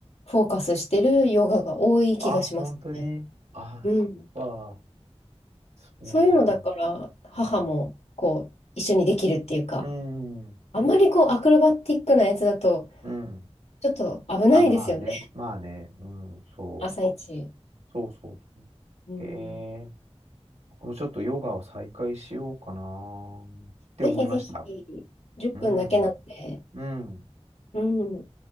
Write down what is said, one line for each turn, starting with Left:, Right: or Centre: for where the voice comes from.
Left: ーフォーカスしてるヨガが多い気がしますね。
Right: あ、本当に。あ、
Left: うん。
Right: そっか。そうだ。
Left: そういうのだから、母もこう、
Right: うん。
Left: 一緒にできるっていうか、
Right: うん。
Left: あんまりこう、アクロバティックなやつだと、
Right: うん。
Left: ちょっと危ないですよね、
Right: あ、まあね、まあね、うん、そう、
Left: 朝一。
Right: そうそうそう。
Left: うん。
Right: ええ僕もちょっとヨガを再開しようかなって思いました。
Left: ぜひぜひ、10分だけなんで、
Right: うん、うん。
Left: うん。